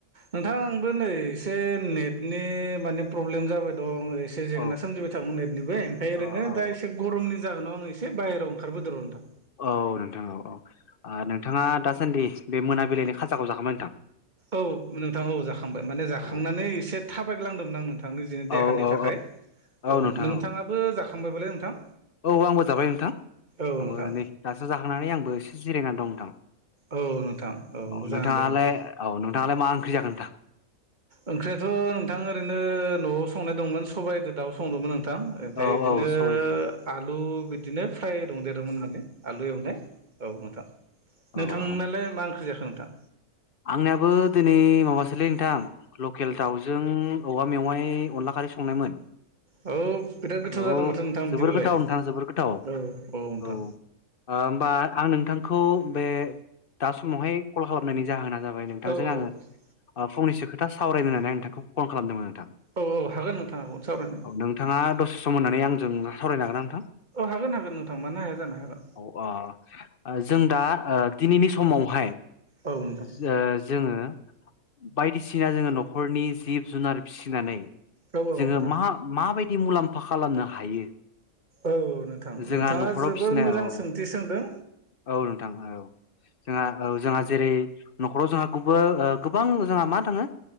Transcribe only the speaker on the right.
नोंथां आंबो नै एसे नेटनि माने प्रब्लेम जाबाय दं ङ इसे जेंना
सोमजिबाय थादों ओरैबोमफ्राय
ओ
दासे गरमनि जाहोनाव आं एसे बायेराव ओखारबोदों र' नोंथां
औ नोंथां औ जाखांबाय माने जाखांनानै
एसे थाबायग्लांदोंमोन आं नोंथांनि जनि देहानि
थाखाय औ
नोंथाङाबो
जाखांबायबालाय नोंथां
औ
नोंथां
औ नोंथां
मोजाङानो
दे नोंथां
ओंख्रियाथ' नोंथां ओरैनो न'आव संनाय दंमोन सबाइदो दाउ संदोंमोन नों थां ओमफ्राय
बिदिनो
आलु बिदिनो फ्राय दंदेरोमोन माने आलु एवनाय औ नोंथां
नोंथांनालाय
मा ओंख्रि जाखो नोंथां
औ बिराद गोथाव
जादों माथो नोंथां
बिदिबालाय
औ नोंथां
औ
औ
औ औ हागोन नोंथां हागोन सावरायनो
औ हागोन हागोन नोंथां मानो हाया जानो हागोन
औ नोंथां
औ औ
नोंथां
औ नोंथां
नोंथाङा
जोबोर
मोजां
सोंथि सोंदों